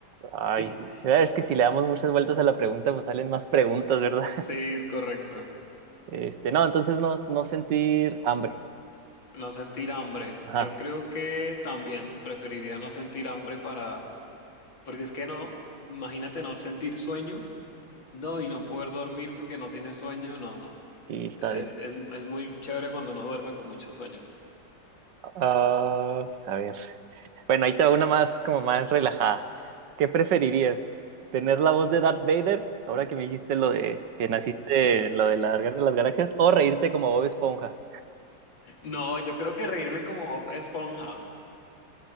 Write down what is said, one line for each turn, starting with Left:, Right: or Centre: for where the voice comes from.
Right: Ay,
Left: <laughs>
Right: sí. Ya Es que si le damos muchas vueltas a la pregunta, pues salen más preguntas, ¿verdad? <laughs>
Left: Sí, es correcto.
Right: Este, no, entonces no, no sentir hambre.
Left: No sentir hambre.
Right: Ajá,
Left: Yo creo que también preferiría no sentir hambre para Porque es que no, imagínate no sentir sueño, no, y no poder dormir porque no tienes sueño, no, no.
Right: sí, está
Left: e-,
Right: bien.
Left: Es, es, es muy chévere cuando no duerme con mucho sueño.
Right: Ah, pues, a ver. Bueno, ahí te va una más, como más relajada. ¿Qué preferirías? ¿Tener la voz de Darth Vader, ahora que me dijiste lo de que naciste en lo de la Guerra de las Galaxias, o reírte como Bob Esponja?
Left: No, yo creo que reírme como Bob Esponja.